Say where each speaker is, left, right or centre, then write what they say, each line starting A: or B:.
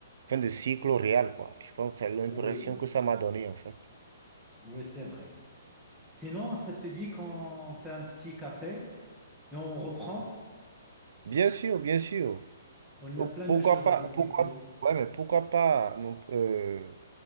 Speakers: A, on the right; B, in the centre.
A: fin de cycle au Real, quoi. Je pense que c'est l'impression
B: Oui, oui,
A: que ça m'a donné, en fait.
B: oui, c'est vrai. Sinon, ça te dit qu'on fait un petit café et on reprend?
A: Bien sûr, bien sûr.
B: On
A: Oh,
B: a plein
A: Pourquoi
B: de choses
A: pas,
B: à discuter.
A: pourquoi, ouais, mais pourquoi pas non, euh,